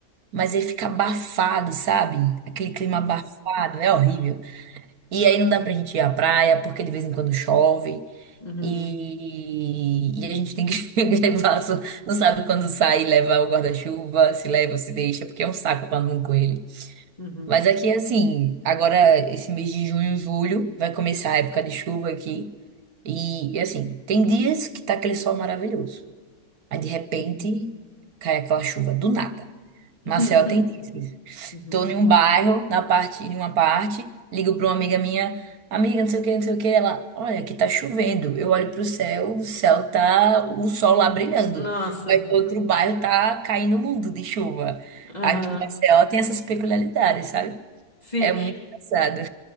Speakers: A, on the right (about 75°); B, on the left (about 25°).
A: mas aí fica abafado, sabe? Aquele clima abafado, é horrível. E aí não dá pra gente ir à praia, porque de vez em quando chove.
B: uhum,
A: E, e a gente tem que <laughs> levar, só- não sabe quando sai, leva o guarda-chuva, se leva, se deixa, porque é um saco pra andar com ele.
B: uhum,
A: Mas
B: uhum,
A: aqui, assim, agora esse mês de junho e julho vai começar a época de chuva aqui. E, e, assim, tem dias que tá aquele sol maravilhoso. Aí de repente
B: uhum, uhum,
A: cai aquela chuva, do nada.
B: <laughs>
A: Maceió tem dias.
B: uhum.
A: Tô em um bairro, na parte, em uma parte, ligo pra uma amiga minha, amiga, não sei o que, não sei o que, ela, olha, aqui tá chovendo. Eu olho pro céu, o céu tá, o sol lá brilhando.
B: Nossa.
A: Mas no outro bairro tá caindo o mundo de chuva.
B: Aham,
A: Aqui em Maceió tem essas peculiaridades, sabe?
B: sim.
A: É muito engraçado.